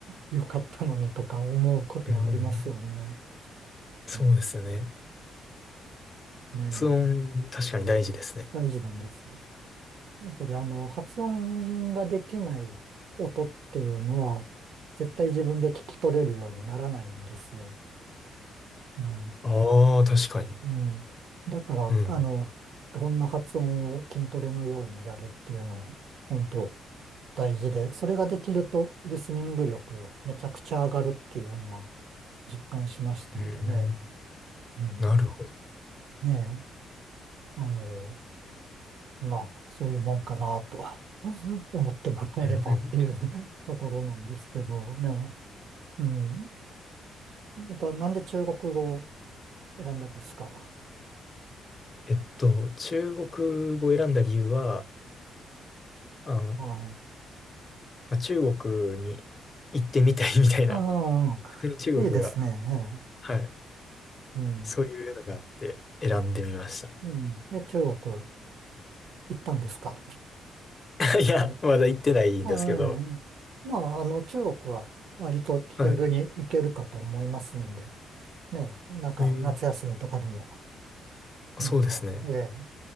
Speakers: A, on the right; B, on the left.
A: よかったのにとか思うことはありますよね。
B: うん。そうですよね。
A: うんねえ、
B: 発音、確かに大事ですね。
A: 大事なんですよ。やっぱりあの、発音ができない音っていうのは、絶対自分で聞き取れるようにならないんですよ。うん。
B: ああ、確かに。
A: うん。だから、
B: うん。
A: あの、こんな発音を筋トレのようにやるっていうのを、本当大事で、それができるとリスニング力めちゃくちゃ上がるっていうのは実感しましたんでね。
B: うん。
A: うん。
B: なるほど。
A: ねえ、あの、まあ、そういうもんかなと <laughs> 思ってもらえればっていう
B: うん。うん
A: <laughs> ところなんですけどね。うん。また、なんで中国語を選んだんですか
B: えっと、中国語を選んだ理由は、あの、
A: はい。
B: まあ中国に行ってみたいみたいな、
A: あ
B: <laughs> 普通に中国が、
A: あ、いいですね。ええ
B: はい、
A: うん。
B: そういうのがあって選んでみました。
A: うん。で、中国行ったんですか
B: <laughs> いや、
A: <laughs>
B: まだ行ってないんですけど、
A: はい。まあ、あの、中国は割と気軽に行けるかと思いますんで、
B: はい。
A: ね、なんか夏休みとかでも、
B: えー、
A: なんか、
B: そうですね。
A: ええ、